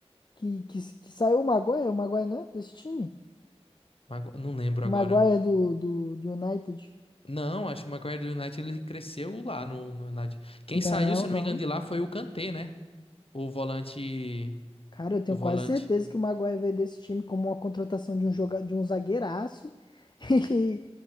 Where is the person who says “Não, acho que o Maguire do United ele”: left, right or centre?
Left